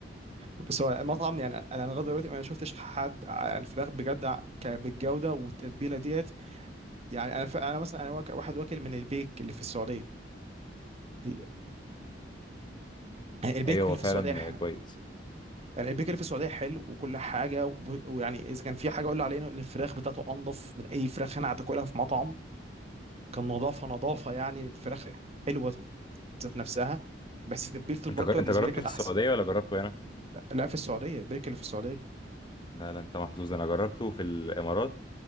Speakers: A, on the right; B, on the left.
A: بس هو المطعم يعني انا لغايه دلوقتي ما شفتش حد ع- الفراخ بجد ع- ك- بالجوده والتتبيله ديت يعني انا ف... انا مثلا انا واك- واحد واكل من البيك اللي في السعوديه ال- البيك
B: ايوه
A: اللي
B: هو فعلا
A: في السعوديه ح...
B: كويس
A: يعني البيك اللي في السعوديه حلو وكل حاجه و... ويعني اذا كان في حاجه اقول عليها ان الفراخ بتاعته انضف من اي فراخ انا هتاكلها في مطعم كان نظافه نظافه يعني الفراخ حلوه ذات نفسها بس تتبيله البركه
B: انت جر...
A: بالنسبه
B: انت جربته
A: لي كانت
B: في
A: احسن
B: السعودية ولا جربته هنا
A: لا, لا في السعوديه البركه اللي في السعوديه
B: لا لا انت محظوظ انا جربته في الامارات